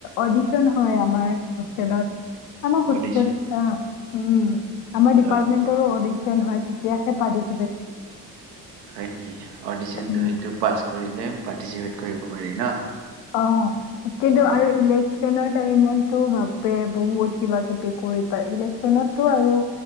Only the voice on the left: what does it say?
অডিছন হয়, আমাৰ হোষ্টেলত, আমাৰ হোষ্টেল
উম! আমাৰ ডিপাৰ্টমেণ্টৰো‍ঁ
অডি হয়, তেতিয়াহে পাৰ্টি
উম।
অ, কিন্তু
আৰু ইলেকচনৰ টাইমতো বাপৰে বহুত কিবা কিবি কৰি পায়, ইলেকছনতো আৰু